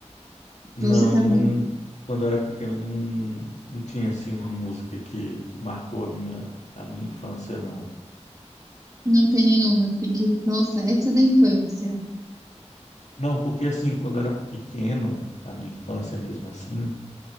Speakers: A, on the left; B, on the right.
A: Não,
B: Você também
A: não, quando eu era pequeno não, não tinha assim uma música que, que marcou a minha, a minha infância, não.
B: não tem nenhuma, assim, que, nossa, essa é da infância.
A: Não, porque assim, quando eu era pequeno, a minha infância mesmo assim,